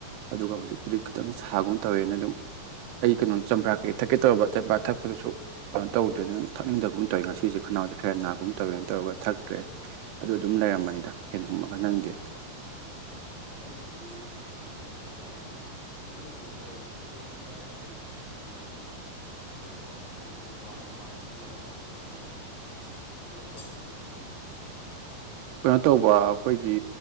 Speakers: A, on the right; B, on the left.
A: ꯑꯗꯨꯒ ꯍꯧꯖꯤꯛꯄꯨꯗꯤ ꯈꯤꯇꯪ ꯁꯥꯒꯨꯝ ꯇꯧꯋꯦꯅ ꯑꯗꯨꯝ ꯑꯩ ꯀꯩꯅꯣ ꯆꯝꯄ꯭ꯔꯥ ꯀꯩ ꯊꯛꯀꯦ ꯇꯧꯕ ꯆꯝꯄ꯭ꯔꯥ ꯊꯛꯄꯗꯨꯁꯨ ꯀꯩꯅꯣ ꯇꯧꯗ꯭ꯔꯦꯅ ꯊꯛꯅꯤꯡꯗꯒꯨꯝ ꯇꯧꯋꯦ ꯉꯁꯤꯁꯦ ꯈꯅꯥꯎꯁꯦ ꯈꯔ ꯅꯥꯒꯨꯝ ꯇꯧꯋꯦꯅ ꯇꯧꯔꯒ ꯊꯛꯇ꯭ꯔꯦ ꯑꯗꯨ ꯑꯗꯨꯝ ꯂꯩꯔꯝꯕꯅꯤꯗ ꯐꯦꯟ ꯍꯨꯝꯃꯒ ꯅꯪꯗꯤ
B: ꯑꯩꯕꯨꯗꯤ ꯕ꯭ꯔꯦꯛꯐꯥꯁ ꯈꯔ ꯆꯥꯔꯝꯕꯅꯦ ꯑꯗꯣ ꯊꯩꯕꯣꯡ ꯍꯦꯛꯄ ꯍꯥꯏꯁꯦ ꯀꯩꯅꯣ ꯀꯩꯅꯣ ꯇꯧꯋꯤꯔꯕ ꯊꯣꯏꯕꯣꯡꯗꯣ ꯋꯥꯡꯅ ꯄꯥꯟꯕꯒꯤꯔꯕ ꯇꯥꯔꯛꯑꯦ ꯍꯥꯏꯁꯦ ꯅꯠꯇ꯭ꯔꯒ ꯀꯃꯥꯏꯅ ꯇꯧꯕꯩꯅꯣꯕ
A: ꯀꯩꯅꯣ ꯇꯧꯕ ꯑꯩꯈꯣꯏꯒꯤ